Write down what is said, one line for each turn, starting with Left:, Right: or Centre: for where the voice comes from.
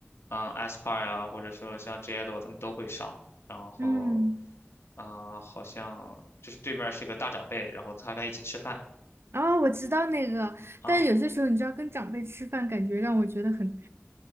Left: 嗯、a s p a r 啊，或者说像 j a d o 他们都会上。然后，
Right: 嗯。
Left: 嗯、好像就是对面是个大长辈，然后他跟他一起吃饭
Right: 哦，我知道那个，
Left: 啊，
Right: 但是有些时候你知道，跟长辈吃饭，感觉让我觉得很，